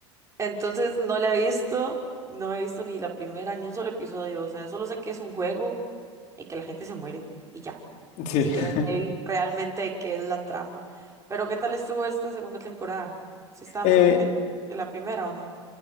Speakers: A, on the right; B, on the left.
A: Entonces no la he visto, no he visto ni la primera, ni un solo episodio. O sea, solo sé que es un juego y que la gente se muere y ya.
B: Sí.
A: Ni siquiera
B: <laughs>
A: sé vi- realmente de qué es la trama. Pero ¿qué tal estuvo esta segunda temporada? ¿Si estaba
B: Eh,
A: mejor que, que la primera o no?